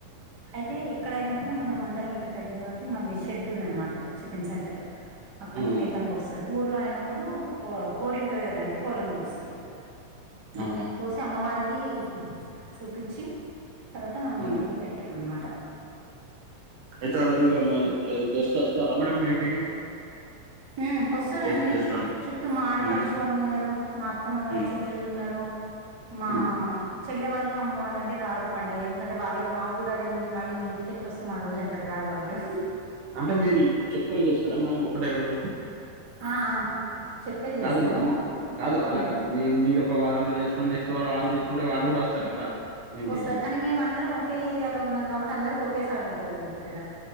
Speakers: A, on the right; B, on the right.
A: అయితే ఇక్కడైనప్పుడు మనం అందరం ఇక్కడ దగ్గరనే కాబట్టి మనది షెడ్ ఉంద అనమాట చికెన్ సెంటర్ అక్కడనే
B: మ్మ్
A: మేకను కోస్తరు ఊర్లో అయినప్పుడు కో కోడింటది కదండి కోళ్ళలను కోస్తరు
B: ఆ
A: కోసి అమ్మవారికి చూపిచ్చి తర్వాత మనం
B: మ్మ్
A: వండుకొని తింటాం అన్నమాట
B: అయితే ఆ రోజు ఇగ మరి గెస్ట్ వస్తారా మేడమ్ మీ ఇంటికి
A: ఊ వస్తారండి
B: గెస్ట్ గెస్ట్ లం
A: చుట్టూ మా ఆడపడుచు
B: మ్మ్
A: వాళ్ళు ఉన్నారు మా అత్తమ్మ వాళ్ళ
B: మ్మ్
A: చెల్లెలు ఉన్నారు మా
B: మ్మ్
A: చెల్లె వాళ్ళు అమ్మ వాళ్ళు అంటే రారు పండగ ఎందుకంటే వాళ్ళకి మాకు కూడా అదే ఉంది మళ్ళీ మీ ఇంటికి ఎట్ల వస్తాం ఆ రోజు అంటరు రారు వాళ్ళు
B: అంటే మీరు చెప్పుకుని చేస్తారా మేడం ఒకటే రోజు
A: ఆ ఆ చెప్పే చేస్తాము
B: కాదు మేడం కాదు అలా
A: ఊ
B: కాదు మీ మీరు ఒక వారంలో చేసుకుని నెక్స్ట్ వారం వాళ్ళు చేసుకుంటే వాళ్ళు కూడా వస్తారు కదా మీ ఇంటికి
A: వస్తారు కానీ మేము అందరం ఒకే ఏరియాలో ఉన్నాం కాబట్టి అందరికొక్ ఒకేసారి ఉంటదండి ఇక్కడ